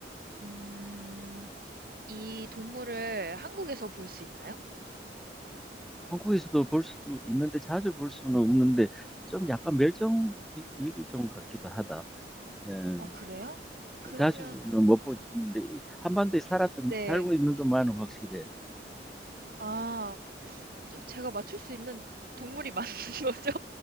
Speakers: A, on the right; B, in the centre.
A: 음, 이 동물을 한국에서 볼 수 있나요?
B: 한국에서도 볼 수 있는데 자주 볼 수는 없는데 좀 약간 멸종 위- 위기종 같기도 하다. 예.
A: 어, 그래요? 그러면,
B: 자주는 못 보는데 이 한반도에
A: 어,
B: 살았던
A: 네.
B: 살고 있는 것만은 확실해.
A: 아, 좀 제가 맞출 수 있는 동물이 <laughs> 맞는 거죠?